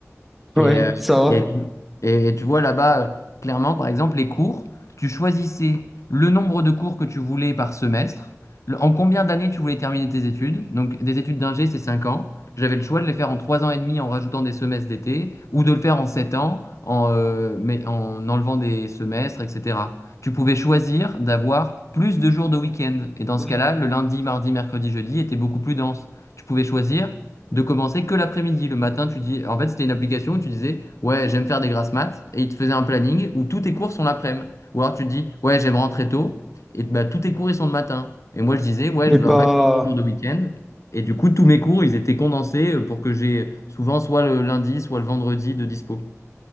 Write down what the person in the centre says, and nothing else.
Ouais,
ça va.
Oui.
Mais
pas.